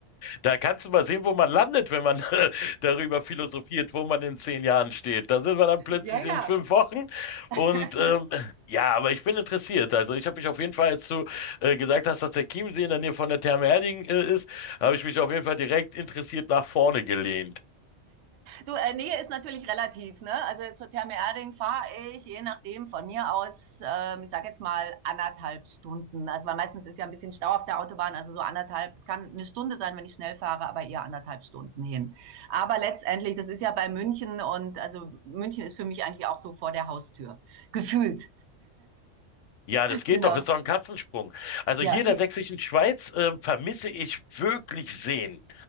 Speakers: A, on the left; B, on the right.
A: Da kannst du mal sehen, wo man landet, wenn man <laughs> darüber philosophiert, wo man in zehn Jahren steht. Da sind wir dann plötzlich
B: Ja, ja.
A: in fünf Wochen.
B: <laughs>
A: Und ähm, ja, aber ich bin interessiert. Also ich habe mich auf jeden Fall, als du äh, gesagt hast, dass der Chiemsee in der Nähe von der Therme Erding äh, ist, habe ich mich auf jeden Fall direkt interessiert nach vorne gelehnt.
B: Du, äh, Nähe ist natürlich relativ, ne? Also zur Therme Erding fahre ich, je nachdem, von mir aus, ähm, ich sage jetzt mal anderthalb Stunden. Also weil meistens ist ja ein bisschen Stau auf der Autobahn, also so anderthalb, es kann eine Stunde sein, wenn ich schnell fahre, aber eher anderthalb Stunden hin. Aber letztendlich, das ist ja bei München und also München ist für mich eigentlich auch so vor der Haustür. Gefühlt.
A: Ja, das geht
B: Genau.
A: doch, ist doch ein Katzensprung. Also
B: Ja,
A: hier in
B: eh.
A: der Sächsischen Schweiz äh, vermisse ich wirklich Seen.